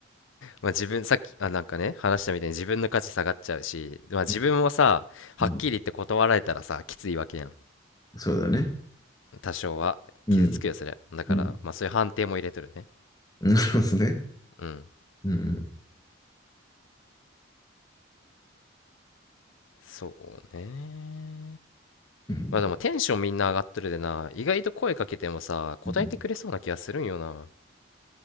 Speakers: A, on the left; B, on the left.
A: まあ、自分さっきあなんかね話したみたいに自分の価値下がっちゃうし、まあ、自分もさはっきり言って断られたらさきついわけやん
B: うんうんそうだね。
A: 多少は傷つくよそれだからまあそういう判定も入れとるね
B: うん。うん。なるほど <laughs> ね。
A: うん
B: うん。
A: そうね
B: うん。
A: まあでもテンションみんな上がっとるでな意外と声かけてもさ答えてくれそうな気がするんよな
B: うん